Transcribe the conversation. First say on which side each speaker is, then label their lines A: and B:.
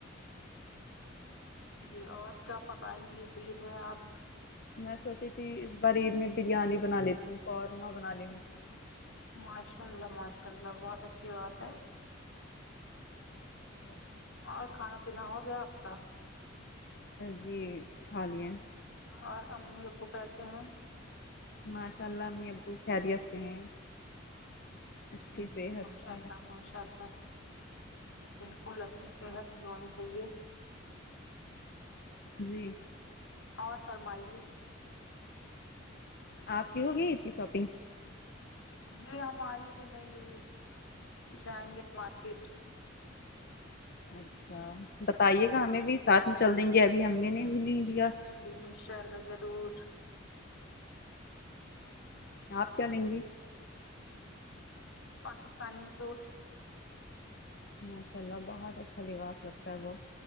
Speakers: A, on the left; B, on the left.
A: جی اور کیا پکائیں گی اس عید میں آپ
B: میں سوچی تھی اس بار عید میں بریانی بنا لیتی ہوں قورمہ بنا لی مجھے
A: ماشاء اللہ ماشاء اللہ بہت اچھی بات ہے
B: جی
A: اور کھانا پینا ہو گیا آپ کا
B: جی کھا لییے
A: اور امی ابو کیسے ہیں
B: ماشاء اللہ امی ابو خیریت سے ہیں اچھی
A: جی
B: صحت
A: ماشاء
B: ہے
A: اللہ ماشاء اللہ بالکل اچھی صحت یہ ہونی چاہیے
B: جی
A: اور فرمائیے
B: آپ کی ہو گئی اتنی شاپنگ
A: جی ہماری ابھی نہیں ہوئی جائیں گے مارکیٹ
B: اچھا بتائیے گا ہمیں بھی ساتھ میں چل دیں گے ابھی ہمیں نے بھی نہیں دیا
A: جی جی انشاء اللہ ضرور
B: آپ کیا لیں گی
A: پاکستانی سوٹ
B: ماشاء اللہ بہت اچھا لباس لگتا ہے وہ